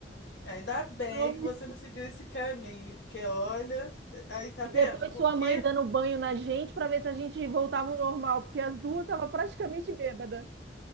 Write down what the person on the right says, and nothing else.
não me
E
depois
sua
mãe dando banho na gente para ver se a gente voltava ao normal, porque as duas estavam praticamente bêbadas.